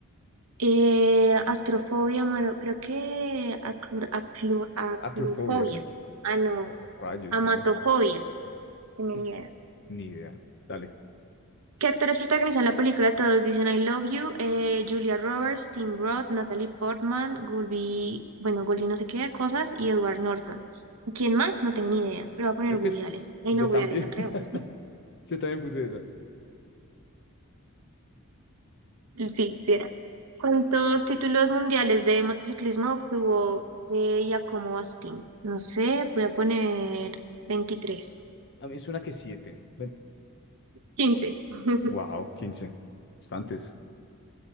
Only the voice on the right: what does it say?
Eh, astrofobia, mano, creo que aclu- aclu- aclufobia.
Ah, no.
Amatofobia.
Tenía
ni idea.
¿Qué actores protagonizan la película? Todos dicen I Love You, eh, Julia Roberts, Tim Roth, Natalie Portman, Goldie, bueno, Goldie no sé qué cosas, y Edward Norton. ¿Quién más? No tengo ni idea, pero va a poner
Woody
Allen. Ay,
no, Woody
Allen no creo,
¿o ¿sí?
Sí, sí era. ¿Cuántos títulos mundiales de motociclismo obtuvo eh, Giacomo Astin? No sé, voy a poner 23.
15. <laughs>